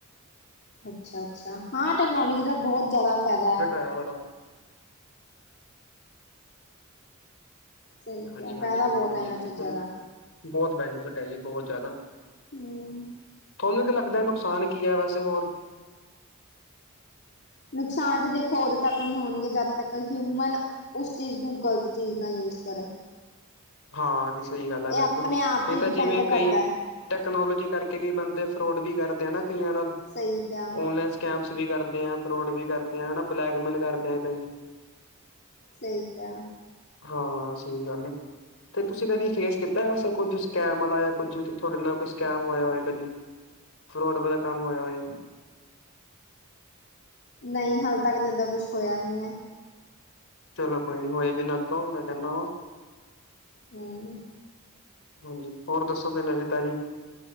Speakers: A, on the left; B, on the left.
A: ਅੱਛਾ-ਅੱਛਾ ਹਾਂ ਟੈਕਨੋਲੋਜੀ ਦਾ ਬੋਤ ਜਾਦਾ ਫੈਦੈ।
B: ਹੈ ਬੜਾ।
A: ਸਹੀ
B: ਹਾਂਜੀ-ਹਾਂਜੀ
A: ਕਿਹਾ ਫਾਇਦਾ
B: ਬਿਲਕੁਲ
A: ਬਹੁਤ ਹੈ
B: ਜੀ
A: ਇਹਨਾਂ
B: ਬਿਲਕੁਲ।
A: ਚੀਜ਼ਾਂ ਦਾ
B: ਬੋਤ ਬੈਨੀਫਿਟ ਐ ਜੀ ਬੋਤ ਜਾਦਾ
A: ਹਮ
B: ਥੋਨੂੰ ਕੀਂ ਲੱਗਦਾ ਨੁਕਸਾਨ ਕੀ ਐ ਵੈਸ ਤੇ ਹੋਰ
A: ਨੁਕਸਾਨ ਤੇ ਦੇਖੋ ਓਦੋ ਤੱਕ ਨੀ ਹੋਣਗੇ ਜਦ ਤੱਕ ਹਿਊਮਨ ਉਸ ਚੀਜ਼ ਨੂੰ ਗ਼ਲਤ ਚੀਜ਼ ਨਾ ਯੂਜ ਕਰੇ।
B: ਹਾਂ ਵੀ ਸਈ ਗੱਲ ਐ ਬਿਲਕੁੱਲ
A: ਇਹ ਆਪਣੇ ਆਪ ਤੇ
B: ਏ ਤਾਂ
A: ਡਿਪੈਂਡ
B: ਜਿਵੇਂ ਕਈ
A: ਕਰਦਾ ਹੈ।
B: ਟੈਕਨੋਲੋਜੀ ਕਰਕੇ ਕਈ ਬੰਦੇ ਫਰੋਡ ਵੀ ਕਰਦੇ ਆ ਨਾ ਕਈਆਂ ਨਾਲ
A: ਸਹੀ ਕਿਹਾ
B: ਔਨਲੈਂਨ ਸਕੈਮਸ ਵੀ ਕਰਦੇ ਆ, ਫਰੋਡ ਵੀ ਕਰਦੇ ਆ, ਹਨਾ ਬਲੈਕਮੇਲ ਕਰਦੇ ਆ ਕਈ
A: ਸਈ ਕਿਆ।
B: ਹਾਂ ਸਈ ਗੱਲ ਐ। ਤੇ ਤੁਸੀਂ ਕਦੀ ਫੇਸ ਕੀਤਾ ਵੈਸੇ ਕੁੱਝ ਸਕੈਮ ਵਾਲਾ ਜਾਂ ਕੁੱਝ ਤੁਹਾਡੇ ਨਾਲ ਕੋਈ ਸਕੈਮ ਹੋਇਆ ਹੋਵੇ ਕਦੀ? ਫਰੋਡ ਵਾਲਾ ਕੰਮ ਹੋਯਾ ਏ
A: ਨਈ ਹਲੇ ਤੱਕ ਤਾ ਇਦਾ ਕੁਛ ਹੋਇਆ ਨੀ ਐ
B: ਚਲੋ ਕੋਈ ਨੀ ਹੋਏ ਵੀ ਨਾ ਅਗੋ ਮੈਂ ਕਹਿੰਨਾ ਵਾ
A: ਹਮ
B: ਹਾਂਜੀ ਹੋਰ ਦੱਸੋ ਕੋਈ ਨਵੀ ਤਾਜੀ